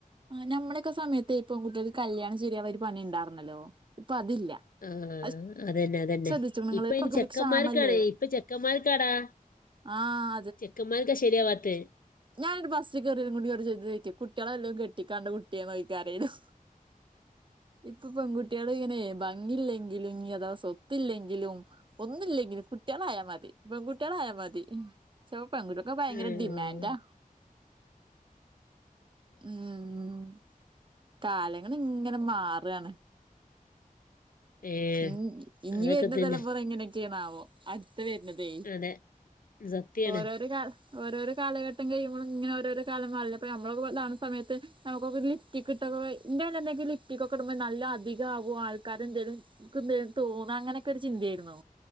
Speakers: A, on the right; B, on the left.
A: ആ നമ്മളേക്കെ സമയത്തേ പെൺ കുട്ടികൾക്ക് കല്യാണം ശരിയാവാനൊരു പണിണ്ടാർന്നല്ലോ ഇപ്പൊ അതില്ല
B: ആ
A: അത്
B: അതന്നെ അതന്നെ
A: ശ്രദ്ധിച്ചോ നിങ്ങള്
B: ഇപ്പൊ ഇനി ചെക്കന്മാർക്കാണ്
A: ഒരു ക്ഷാമല്ലേ
B: ഇപ്പൊ ചെക്കൻമാർക്കാടാ
A: ആഹ്
B: ചെക്കൻമാർക്ക ശരിയാവാത്തെ
A: ഞാൻ ഒരു ബസ്സി കയറിയും കൂടി ചോയ്ക്കും കുട്ടികളെ വല്ലോം കെട്ടിക്കാനുണ്ടോ കുട്ടിയെന്ന് ചോദിക്കും ആരേലും
B: <inaudible>
A: ഇപ്പൊ പെൺുട്ടികള് ഇങ്ങനെ ല്ലെങ്കിലും ഇ അഥവ സ്വത്തില്ലെങ്കിലും ഒന്നില്ലെങ്കിലും കുട്ടികളായാൽ മതി ട്ടികളായ മതി ചിലപ്പോ പെങ്കുട്ടിക്കൊക്കെ ഭയങ്കര
B: ഉം
A: ഡിമാൻ്റാ ഉം കാലങ്ങളി ങ്ങനെ മാറുവാണ്
B: ഏഹ്
A: ഉം ഇനി
B: അതൊക്കെ
A: വരുന്ന
B: തന്നെ
A: തലമുറ ഇങ്ങനെയ ണാവോ അടുത്ത വരുന്നതേ
B: അതെ സത്യാണ്
A: ഓരോരു ഓരോരോ കാലഘട്ടം കഴിയുമ്പോളും ഇങ്ങനെ ഓരോരോ കാലം നമ്മണ സമയത്ത് നമുക്കെ ഇട്ടിക്കിട്ട ഇന്തെ എന്തെങ്കിലും ഇട്ടിക്കൊക്കിടുമ്പോ നല്ല അധിക ആവും ആ ക്കതെന്തേലും എന്തേലും തോന്നുന്നു അങ്ങനെയൊക്കെ ഒരു ചിന്തായാരുന്നോ